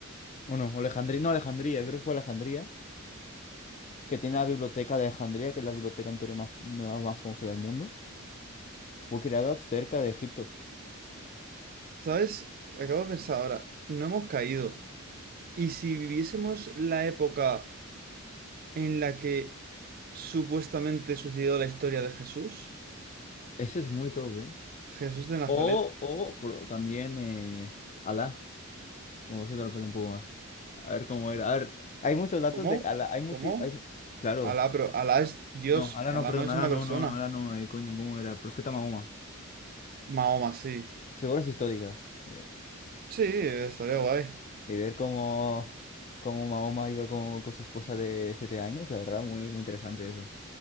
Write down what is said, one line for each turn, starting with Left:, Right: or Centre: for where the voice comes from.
Left: o no, Alejandría, no, Alejandría, creo que fue Alejandría, que tiene la biblioteca de Alejandría, que es la biblioteca en teoría más, la más famosa del mundo, fue creada cerca de Egipto.
Right: ¿Sabes? Acabo de pensar ahora, no hemos caído. ¿Y si viviésemos la época en la que supuestamente sucedió la historia de Jesús?
Left: Ese es muy top, ¿eh?
Right: Jesús de Nazaret.
Left: O, o, pero también, eh, Alá. Me voy a soltar el pelo un poco más. A ver cómo era. A ver, hay muchos datos
Right: ¿Cómo?
Left: de Ala. Hay mucho.
Right: ¿Cómo?
Left: hay claro.
Right: Alá, pero Alá es Dios,
Left: No, Ala
Right: Alá
Left: no, perdón.
Right: no es
Left: Ala
Right: una
Left: no,
Right: persona.
Left: no, no, Ala no. eh, coño, ¿cómo era? Profeta Mahoma.
Right: Mahoma, sí.
Left: Figuras históricas. Ver.
Right: Sí, estaría guay.
Left: Y ver cómo, cómo Mahoma iba con, con su esposa de siete años. La verdad, muy, muy interesante eso.